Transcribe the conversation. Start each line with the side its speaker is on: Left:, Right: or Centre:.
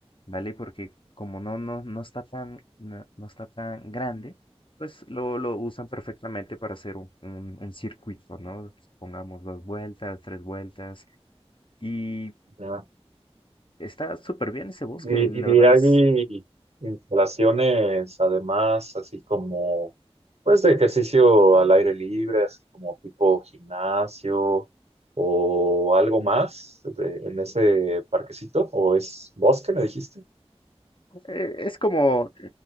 Left: ¿vale? Porque como no, no, no está tan, no, no está tan grande, pues lo, lo usan perfectamente para hacer un, un, un circuito, ¿no? Pongamos dos vueltas, tres vueltas. Y
Right: ujú.
Left: está súper bien ese bosque,
Right: Y,
Left: la verdad
Right: y hay
Left: es,
Right: instalaciones, además, así como, pues, de ejercicio al aire libre, así como tipo gimnasio o algo más de- en ese parquecito, o es bosque, me dijiste.
Left: eh, es como,